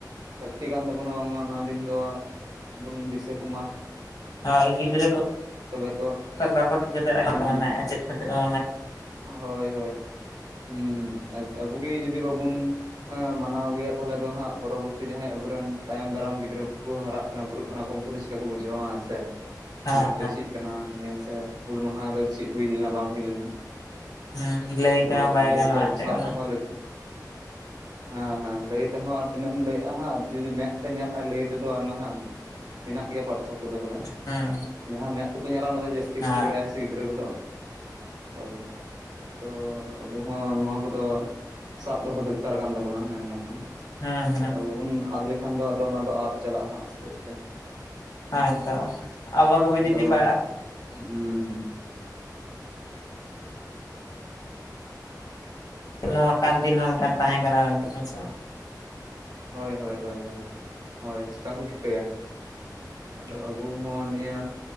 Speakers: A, on the right; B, on the left.
A: ᱞᱟᱹᱠᱛᱤ ᱠᱟᱱ ᱛᱟᱵᱚᱱᱟ ᱵᱟᱝᱢᱟ ᱱᱚᱣᱟ ᱫᱤᱱ ᱫᱚ ᱵᱚᱱ ᱫᱤᱥᱟᱹ ᱠᱚᱢᱟ᱾
B: ᱦᱳᱭ ᱜᱤᱫᱽᱨᱟᱹ ᱠᱚ
A: ᱛᱚᱵᱮ ᱛᱚ
B: ᱵᱟᱠᱚ ᱴᱷᱤᱠᱟᱹ ᱫᱟᱲᱮᱭᱟ
A: ᱦᱩᱸ
B: ᱪᱮᱫ ᱠᱷᱟᱹᱛᱤᱨ <inaudible>
A: ᱦᱳᱭ ᱦᱳᱭ ᱦᱩᱸ ᱦᱩᱸ ᱟᱵᱚᱜ ᱜᱮ ᱡᱩᱫᱤ ᱵᱟᱵᱚᱱ᱾ ᱦᱮᱸ ᱢᱟᱱᱟᱣ ᱟᱜᱩᱭᱟ ᱛᱟᱦᱚᱞᱮ ᱫᱚ ᱦᱟᱸᱜ ᱯᱚᱨᱚᱵᱚᱨᱛᱤ ᱡᱟᱦᱟᱸᱭ ᱟᱵᱩᱨᱮᱱ ᱛᱟᱭᱚᱢ ᱫᱟᱨᱟᱢ ᱜᱤᱫᱽᱨᱟᱹ ᱠᱚ ᱦᱟᱨᱟᱜ᱾ ᱚᱱᱟ ᱵᱩᱨᱩᱜ ᱠᱟᱱᱟ ᱠᱚ ᱩᱱᱠᱩ ᱫᱚ ᱪᱤᱠᱟ ᱠᱚ ᱵᱩᱡᱷᱟᱹᱣᱟ ᱦᱮᱸᱥᱮ᱾
B: ᱦᱮᱸ
A: ᱱᱤᱭᱟᱹ ᱠᱚ ᱫᱚ ᱪᱮᱫ ᱠᱟᱱᱟ ᱱᱤᱭᱟᱹ ᱥᱮ ᱦᱩᱞ ᱢᱟᱦᱟ ᱫᱚ ᱪᱮᱫ ᱦᱩᱭ ᱞᱮᱱᱟ ᱵᱟᱝ ᱦᱩᱭ ᱞᱮᱱᱟ
B: ᱦᱮᱸ ᱞᱟᱹᱭ
A: ᱟᱫᱚ
B: ᱛᱮᱢᱟ ᱵᱟᱭ
A: ᱱᱤᱭᱟᱹ
B: ᱜᱟᱱᱚᱜ
A: ᱠᱚᱫᱚ ᱟᱵᱚ
B: ᱟ ᱪᱮᱫ
A: ᱥᱟᱵ
B: ᱠᱚᱱᱟ
A: ᱫᱚᱦᱚ ᱞᱟᱹᱠ ᱦᱮᱸ ᱦᱮᱸ ᱞᱟᱹᱭ ᱛᱮᱦᱚᱸ ᱟᱨ ᱛᱤᱱᱟᱹᱜ ᱮᱢ ᱞᱟᱹᱭᱭᱟᱜᱼᱟ ᱦᱟᱜ ᱡᱩᱫᱤ ᱢᱮᱫ ᱛᱮ ᱧᱮᱞ ᱞᱟᱹᱭ ᱛᱮᱫᱚ ᱟᱭᱢᱟ ᱦᱟᱸᱜ, ᱢᱮᱱᱟᱜ ᱜᱮᱭᱟ ᱯᱟᱨᱛᱷᱚᱠ ᱠᱚ ᱫᱚ ᱵᱚᱞᱮ
B: ᱦᱮᱸ
A: ᱡᱟᱦᱟᱸ ᱢᱮᱸᱫ ᱛᱮ ᱠᱚ ᱧᱮᱞᱟ ᱚᱱᱟ ᱫᱚ ᱡᱟᱹᱥᱛᱤ
B: ᱦᱮᱸ
A: ᱠᱚ ᱥᱮᱬᱟᱭᱟ ᱥᱮᱼᱼ ᱴᱤᱠ ᱜᱤᱫᱽᱨᱟᱹ ᱠᱚᱫᱚ ᱦᱳᱭ, ᱟᱫᱚ ᱟᱵᱚ ᱦᱚᱸ ᱱᱚᱣᱟ ᱠᱚ ᱫᱚ ᱥᱟᱵ ᱫᱚ ᱦᱚ ᱫᱚᱨᱠᱟᱨ ᱠᱟᱱ ᱛᱟᱵᱚᱱᱟ ᱢᱮᱱ ᱜᱟᱱᱚᱜᱼᱟ
B: ᱦᱮᱸ ᱦᱮᱸ
A: ᱟᱨ ᱟᱵᱚ ᱵᱚᱱ ᱟᱫ ᱞᱮᱠᱷᱟᱱ ᱫᱚ ᱟᱫᱚ ᱚᱱᱟ ᱫᱚ ᱟᱫ ᱪᱟᱞᱟᱜᱼᱟ ᱦᱟᱜ ᱟᱥᱛᱮ ᱟᱥᱛᱮ᱾
B: ᱦᱮᱸ ᱛᱚ ᱟᱵᱚ ᱜᱮᱵᱚ
A: ᱟᱫᱚ
B: ᱡᱩᱫᱤ ᱵᱟᱭ <inaudible>
A: ᱦᱩᱸ ᱦᱩᱸ
B: ᱱᱚᱣᱟ ᱠᱟᱱ ᱫᱤᱱ ᱦᱚᱸ ᱢᱤᱫᱴᱟᱝ ᱛᱟᱦᱮᱸ ᱠᱟᱱᱟ ᱢᱮᱱᱛᱮ ᱦᱮᱸ ᱥᱮᱼᱼ
A: ᱦᱳᱭ ᱦᱳᱭ ᱦᱳᱭ ᱦᱳᱭ ᱪᱤᱠᱟᱹ ᱠᱚ ᱴᱷᱤᱠᱟᱹᱭᱟ ᱟᱫᱚ ᱟᱵᱚ ᱦᱚᱸ ᱱᱤᱭᱟᱹ